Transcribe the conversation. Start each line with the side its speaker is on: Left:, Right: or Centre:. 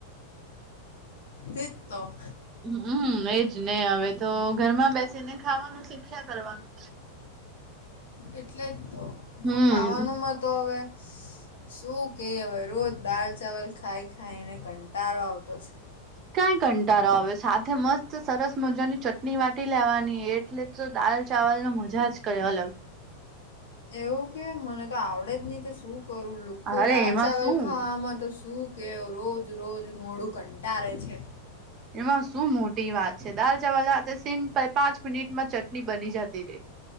Left: એજ તો
Right: હમ્મ એજ ને હવે ઘરમાં બેસીને ખાવાનું શીખ્યા કરવાનું.
Left: એટલે જ તો
Right: હમ
Left: ખાવાનુંમાં તો હવે શું કે હવે રોજ દાલ ચાવલ ખાઈ ખાઈને કંટળો આવતો છે.
Right: કઈ કંટારો આવે સાથે મસ્ત સરસ મજાની ચટણી વાટી લેવાની એ એટલે તો દાલ ચાવલ નું મજા જ કયું અલગ
Left: એવું કે મને તો આવડે જ નહીં કે શું કરું લુખું
Right: અરે
Left: દાલ
Right: એમાં
Left: ચાવલ
Right: શું
Left: ખાવામાં તો શું કે રોજ રોજ મોડું કંટારેે છે.
Right: એમાં શું મોટી વાત છે દાલ ચાવલ સાથે સિમ્પલ પાંચ મિનિટમાં ચટણી બની જતી રે. <inaudible>